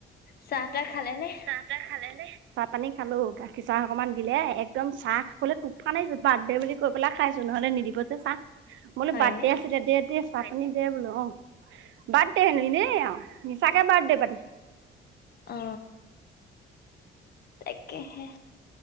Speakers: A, on the left; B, on the right.
A: চাহ-তাহ খালে নে?
B: চাহ খালে নে? চাহ পানী খালোঁ। গাখীৰ চাহ অকমান দিলে, একদম চাহ খাবলে তুফান আহিছো বাৰ্থডে বুলি কৈ পেলাই খাইছো নহ'লে নিদিব যে চাহ। বোলো
A: হয়নে?
B: বাৰ্থডে আছিলে দে-দে চাহপানী দে বোলো। অঁ! বাৰ্থডে হেনো এনেই আৰু। মিচাকে বাৰ্থডে পাতিছোঁ। <inaudible>
A: অ তাকেহে।